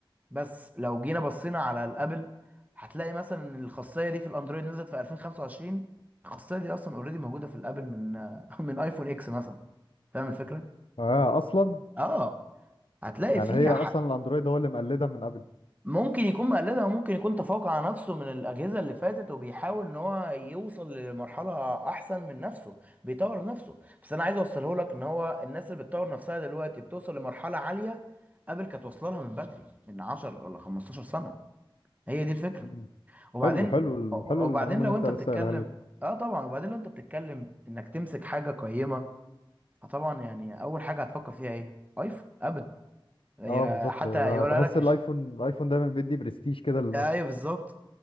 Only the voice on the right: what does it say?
بس لو جينا بصينا على الابل هتلاقي مثلا ان الخاصيه دي في الاندرويد نزلت في 2025 الخاصيه دي اصلا اوريدي موجوده في الابل من <laughs> من ايفون اكس مثلا فاهم الفكره
اه هتلاقي
فيه
ممكن يكون مقلدها وممكن يكون تفوق على نفسه من الأجهزة اللي فاتت وبيحاول إن هو يوصل لمرحلة أحسن من نفسه بيطور نفسه بس أنا عايز أوصله لك إن هو الناس اللي بتطور نفسها دلوقتي بتوصل لمرحلة عالية قبل كانت واصلة لها من بدري من 10 ولا 15 سنة هي دي الفكرة
وبعدين
وبعدين
لو
أنت
بتتكلم
أه طبعا وبعدين لو أنت بتتكلم إنك تمسك حاجة قيمة فطبعا يعني أول حاجة هتفكر فيها إيه؟ أيفون أبل هي
حتى
يقولها
لك في
ش...
أيوه بالظبط